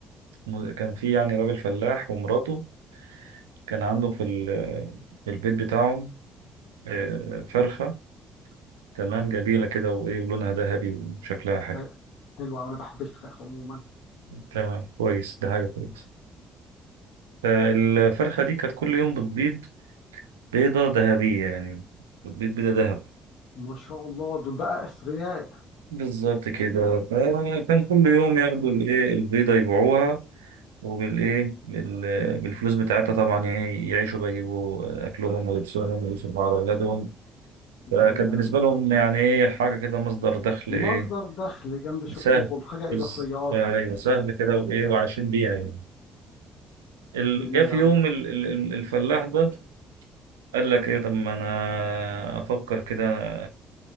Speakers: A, on the right; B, on the left.
A: م- كان في يعني راجل فلاح ومراته كان عندهم في ال- في البيت بتاعهم آه، فرخة تمام جميلة كده وايه لونها ذهبي وشكلها حلو
B: ح- حلو أوي، انا بحب الفراخ عموما
A: تمام كويس ده حاجة كويسة فالفرخة دي كانت كل يوم بتبيض بيضة ذهبية يعني بتبيض بيضة ذهب
B: ما شاء الله دول بقى اثرياء
A: بالظبط كده فكان كل يوم ياخدوا الايه البيضة يبيعوها وبالايه بال- بالفلوس بتاعتها طبعا يعني يعيشوا بقى يجيبوا اكلهم ولبسهم ويصرفوا على اولادهم فكانت
B: جميله
A: بالنسبة
B: قوي
A: لهم يعني ايه حاجة كده مصدر دخل ايه
B: مصدر دخل جنب شغلهم
A: سهل
B: حاجه
A: بس
B: اضافيه اه
A: ايوه سهل كده وايه وعايشين بيها يعني ال-
B: جميله
A: جه في يوم
B: قوي
A: ال- ال- ال- الفلاح ده قال لك ايه طب ما انا افكر كده